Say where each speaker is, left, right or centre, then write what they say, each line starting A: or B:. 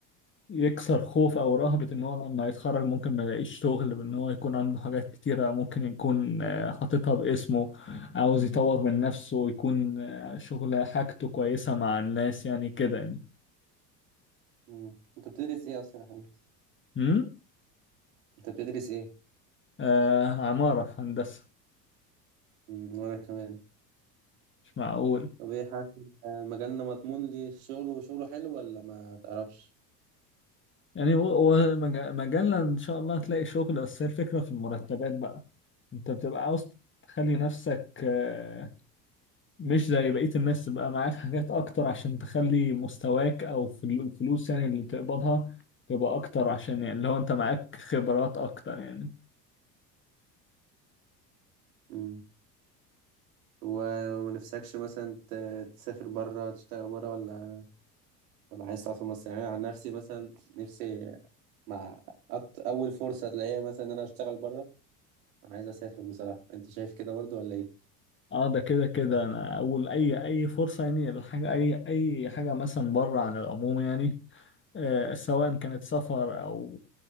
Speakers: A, on the left; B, on the right.
A: يكسر خوف او رهبة ان هو لما يتخرج ممكن ما يلاقيش شغل وان هو يكون عنده حاجات كتيرة ممكن يكون آه، حاططها باسمه عاوز يطور من نفسه ويكون آه، شغله حاجته كويسة مع الناس يعني كده يعني
B: مم. أنت بتدرس إيه أصلا يا حبيبي؟
A: امم
B: أنت بتدرس إيه؟
A: آه عمارة هندسة
B: مم. وأنا كمان
A: مش معقول
B: طب إيه حاسس إن مجالنا مضمون للشغل وشغله حلو ولا ما تعرفش؟
A: يعني هو هو مج- مجال ان شاء الله هتلاقي شغل بس هي الفكره في المرتبات بقى انت بتبقى عاوز تخلي نفسك آه، مش زي بقيه الناس تبقى معاك حاجات اكتر عشان تخلي مستواك او فل- الفلوس يعني اللي بتقبضها تبقى اكتر عشان يعني لو انت معاك خبرات اكتر يعني
B: مم. وما نفسكش مثلا ت- تسافر بره تشتغل بره ولا ولا عايز تقعد في مصر يعني أنا عن نفسي مثلا نفسي مع أكتر أول فرصة تلاقيها مثلا إن أنا أشتغل بره عايز أسافر بصراحة أنت شايف كده برضه ولا إيه؟
A: اه ده كده كده انا اول اي اي فرصه يعني الحاجه اي اي حاجه مثلا بره عن العموم يعني آه، سواء كانت سفر او